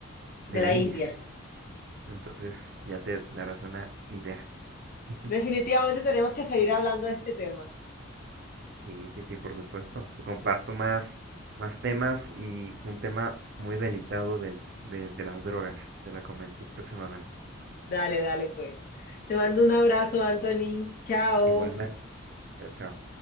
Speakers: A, on the left (about 45°); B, on the right (about 50°).
A: de
B: de
A: la
B: la India.
A: India.
B: Entonces, ya te darás una idea. <laughs>
A: Definitivamente tenemos que seguir hablando de este tema.
B: Sí, sí, sí, por supuesto. Te comparto más, más temas y un tema muy delicado del, de, de las drogas. Te la comento próximamente.
A: Dale, dale, pues. Te mando un abrazo, Anthony. Chao.
B: Igualmente. Chao, chao.